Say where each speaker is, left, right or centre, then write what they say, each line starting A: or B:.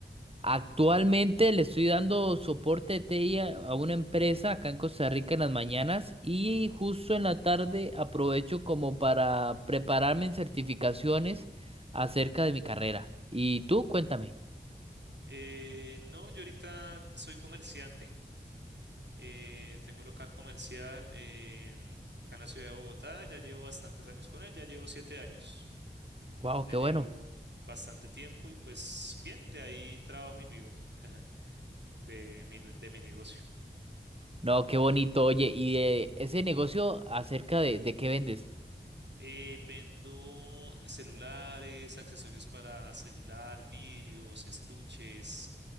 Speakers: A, on the right (about 30°); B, on the right (about 75°).
A: Actualmente le estoy dando soporte de T I a a una empresa acá en Costa Rica en las mañanas y justo en la tarde aprovecho como para prepararme en certificaciones acerca de mi carrera. ¿Y tú? Cuéntame.
B: Eh, no, yo ahorita soy comerciante, eh, tengo un local comercial em, acá en la ciudad de Bogotá, ya llevo bastantes años con él, ya llevo siete años,
A: Wow,
B: ya
A: qué
B: llevo
A: bueno.
B: bastante tiempo y pues bien, de ahí trabajo y vivo <laughs> de mi, de mi negocio.
A: No, qué bonito. Oye, ¿y de ese negocio acerca de, de qué vendes?
B: Eh, vendo celulares, accesorios para celular, vidrios, estuches,